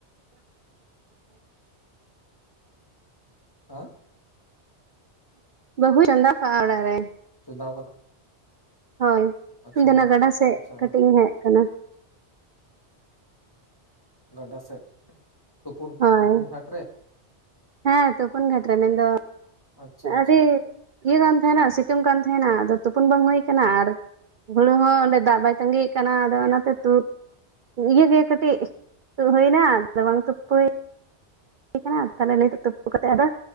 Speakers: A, on the left; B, on the right.
A: <unintelligible>
B: ᱵᱟᱹᱵᱩᱭ ᱪᱚᱸᱫᱟ ᱠᱟᱜ-ᱟ ᱚᱲᱟᱜ ᱨᱮ᱾
A: ᱪᱚᱸᱫᱟᱣ ᱠᱟᱫᱟ᱾
B: ᱦᱳᱭ,
A: ᱟᱪᱪᱷᱟ
B: ᱤᱧ ᱫᱚ ᱚᱱᱟ ᱜᱟᱰᱟ ᱥᱮᱫ
A: ᱟᱪᱪᱷᱟ
B: ᱠᱟᱹᱴᱤᱡ ᱤᱧ ᱦᱮᱡ ᱠᱟᱱᱟ᱾
A: ᱜᱟᱰᱟ ᱥᱮᱫ ᱛᱩᱯᱩᱱ,
B: ᱦᱳᱭ
A: ᱛᱩᱯᱩᱱ ᱜᱷᱟᱴ ᱨᱮ᱾
B: ᱦᱮᱸ ᱛᱳᱯᱳᱱ ᱜᱷᱟᱴ ᱨᱮ ᱢᱮᱱ ᱫᱚ
A: ᱟᱪᱪᱷᱟ ᱟᱪᱪᱷᱟ
B: ᱟᱹᱰᱤ ᱤᱭᱟᱹ ᱠᱟᱱ ᱛᱟᱦᱮᱱᱟ, ᱥᱤᱛᱩᱝ ᱠᱟᱱ ᱛᱟᱦᱮᱱᱟ ᱟᱫᱚ ᱛᱩᱯᱩᱱ ᱵᱟᱝ ᱦᱩᱭ ᱠᱟᱱᱟ ᱟᱨ ᱦᱩᱲᱩ ᱦᱚᱸ ᱚᱸᱰᱮ ᱫᱟᱜ ᱵᱟᱭ ᱛᱟᱜᱤᱭᱮ ᱠᱟᱱᱟ ᱟᱫᱚ ᱚᱱᱟ ᱛᱮ ᱛᱩᱫ- ᱤᱭᱟᱹ ᱜᱮ ᱠᱟᱹᱴᱤᱡ ᱛᱩᱫ ᱦᱩᱭᱱᱟ ᱞᱚᱜᱚᱱ ᱛᱩᱫ ᱛᱳᱯᱩᱭ <unintelligible> ᱠᱟᱱᱟ ᱟᱫᱚ ᱛᱟᱦᱞᱮ ᱱᱤᱛᱩᱜ ᱛᱩᱯᱩ ᱠᱟᱛᱮ ᱟᱫᱚ